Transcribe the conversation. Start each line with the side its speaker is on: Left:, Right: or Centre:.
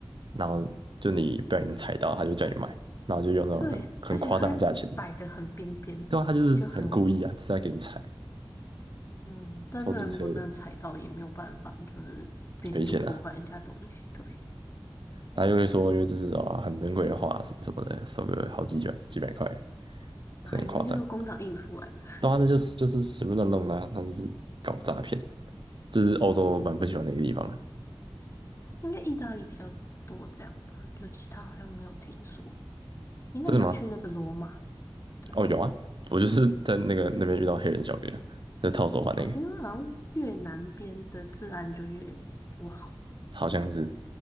Right: 然后就你不小心踩到，他就叫你买，然后就用那种很很夸张的价钱。
Left: 对，而且它还摆的很边边，
Right: 对啊，他就是很故意啊，
Left: 你就很容易。
Right: 就是在给你踩，
Left: 嗯，但那个如果真的踩到也没有办法，
Right: 超机车的，
Left: 就是毕竟就破坏人家东西。
Right: 赔钱啊。
Left: 对，
Right: 然后又会说，因为这是啊很珍贵的画，什么什么的，收个好几卷几百块，
Left: 哪有那些都工厂印出来的？
Right: 真的很夸张。然后就是就是随便乱弄的啊，他们就是搞诈骗，这是欧洲蛮不喜欢的一个地方的。
Left: 哦、应该意大利比较多这样吧，就其他好像没有听说。诶，那你有去那个罗马吗？
Right: 真的吗？
Left: 对，
Right: 哦，有啊，我就是在那个那边遇到黑人小哥，在套手环那个，
Left: 我听说好像越南边的治安就越不好。
Right: 好像是，